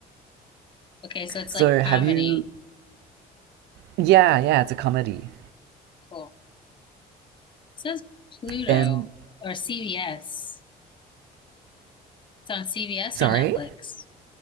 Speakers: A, on the left; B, on the right.
A: Okay, so it's
B: So
A: like a comedy.
B: have you? Yeah, yeah, it's a comedy.
A: Cool. It says Pluto
B: And
A: or CBS. It's on CBS
B: sorry,
A: or Netflix?